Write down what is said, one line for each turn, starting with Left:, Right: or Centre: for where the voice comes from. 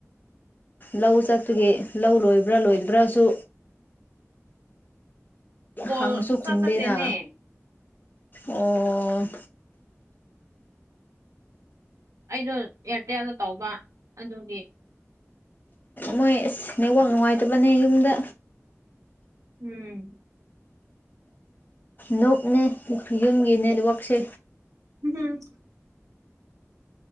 Left: ꯂꯧ ꯆꯠꯄꯒꯤ ꯂꯧ ꯂꯣꯏꯕ꯭ꯔꯥ ꯂꯣꯏꯗꯕ꯭ꯔꯥꯁꯨ
Right: ꯀꯣꯜ
Left: ꯍꯥꯡꯁꯨ
Right: ꯁꯨꯡꯆꯠ
Left: ꯈꯨꯨꯝꯗꯦꯅ
Right: ꯆꯠꯇꯦꯅꯦ
Left: ꯑꯣ
Right: ꯑꯩꯗꯣ ꯑꯦꯌꯥꯔꯇꯦꯜꯗ ꯇꯧꯕ ꯑꯗꯨꯒꯤ
Left: ꯃꯣꯏ ꯑꯁ ꯅꯦꯠꯋꯥꯛ ꯅꯨꯡꯉꯥꯏꯇꯕꯅꯦ ꯌꯨꯝꯗ
Right: ꯎꯝ꯫
Left: ꯅꯨꯞꯅꯦ ꯌꯨꯝꯒꯤ ꯅꯦꯠꯋꯥꯛꯁꯦ
Right: ꯎꯝ ꯍꯨꯝ